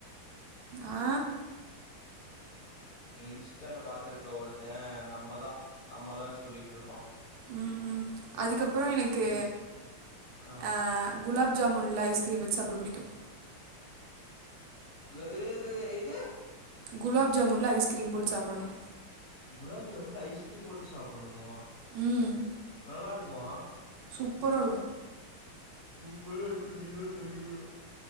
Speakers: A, on the right (about 75°); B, on the left (about 55°).
A: ஆ
B: நீ இன்ஸ்டால பாத்துருப்ப ஒருத்த நம்மதா நம்மதான்னு சொல்லிட்ருப்பா
A: ம் ம் அதுக்கப்பறோ எனக்கு
B: டீஸ் ஆ
A: அ குலாப் ஜாமுன்ல ஐஸ்கிரீம் வச்சு அப்டி பிடிக்கு
B: <unintelligible> இது
A: குலாப் ஜாமுன்ல ஐஸ்கிரீம் போட்டு சாப்பணு
B: குலாப் ஜாமுன்ல் ஐஸ்கிரீம் போட்டு சாப்பணுமா
A: ம்
B: நல்லாருக்குமா
A: சூப்பரா இருக்கு
B: சூப்பரா இருக்குன் நீதா சொல்லிக்கனு